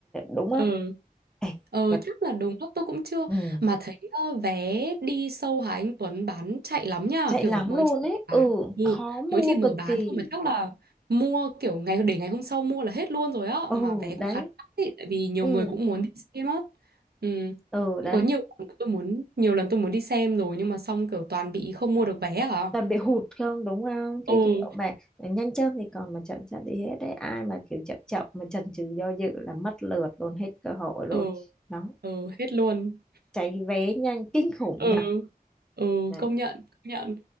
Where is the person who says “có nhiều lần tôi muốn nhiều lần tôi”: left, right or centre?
Right